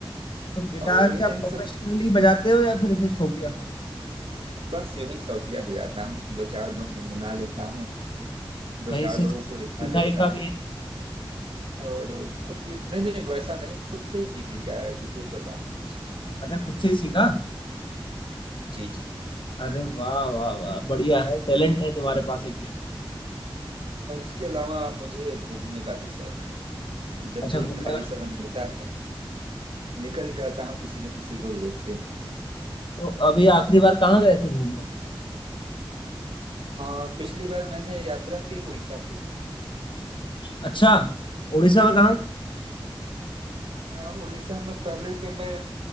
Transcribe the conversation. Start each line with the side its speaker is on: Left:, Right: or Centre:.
Left: तो गिटार
Right: और
Left: क्या
Right: इन
Left: प्रोफेशनली
Right: सब
Left: बजाते हो या फिर ऐसे शौकिया
Right: बस यूं ही शौकिया बजाता हूँ दो चार धुन गुनगुना लेता हूँ दो
Left: कहीं
Right: चार
Left: से
Right: लोगों
Left: सीखा
Right: को रिझा लेता
Left: वीखा भी
Right: हूँ
Left: है
Right: और खुद नहीं नहीं वैसा नहीं खुद से ही सीख लिया यूट्यूब पर बाकी चीजें हैं ना
Left: अच्छा खुद से ही सीखा
Right: जी जी
Left: अरे वाह वाह वाह बढ़िया है टैलेंट है तुम्हारे पास एक ये
Right: और इसके अलावा मुझे घूमने का भी शौक है जब
Left: अच्छा
Right: भी
Left: घूमने
Right: खाली
Left: का शौक।
Right: समय मिलता है निकल जाता हूँ किसी न किसी को लेके
Left: तो अभी आखिरी बार कहाँ गए थे घूमने
Right: हाँ पिछली बार मैंने यात्रा की उड़ीसा की
Left: अच्छा उड़ीसा में कहाँ
Right: हाँ उड़ीसा में पहले तो मैं